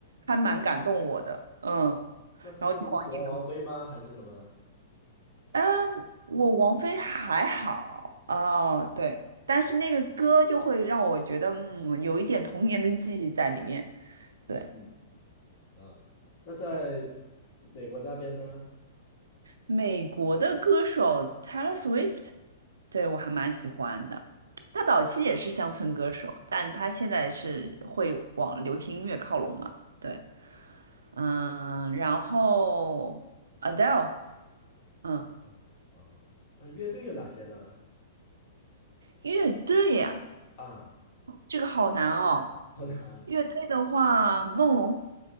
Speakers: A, on the right; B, on the left.
A: 还蛮感动我的，嗯，
B: 那是因为你喜欢王菲吗？
A: 然后就网易。
B: 还是什么？
A: 嗯，我王菲还好，哦，对，但是那个歌就会让我觉得，嗯，有一点童年的记忆在里面。对
B: 嗯啊，那在
A: 对，
B: 美国那边呢？
A: 美国的歌手 Taylor Swift，对我还蛮喜欢的。他早期也是乡村歌手，但他现在是会往流行音乐靠拢嘛？对，嗯，然后 Adele，嗯，
B: 嗯哦，那乐队有哪些呢？
A: 乐队呀，
B: 啊，
A: 这个好难哦。
B: 好难
A: 乐队的话，梦龙。